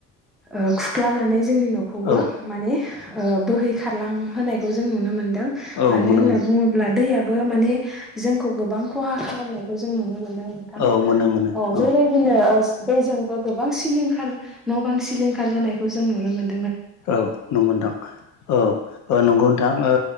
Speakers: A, in the centre; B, on the left.
A: ओ खुख्लानानै जोंनि न'खौ बो
B: औ
A: माने ओ बोहै खारलां होनोनायखौ जों नुनो मोन दों
B: औ
A: मानो
B: मोनो
A: होनना
B: मोनो
A: बुङोब्ला दैया बो माने जोंखौ गोबां खहा खालामनायखौ जों नुनो मोनो। नो नोंथां
B: औ मोनो मोनो
A: अ
B: औ
A: बेबायदिनो ओ दैजोंबो गोबां सिलिंखार न' बां सिलिंखार जानायखौ जों नुनो मोन
B: औ नंगौ नोंथां औ। ओ नंगौ नोंथां ओ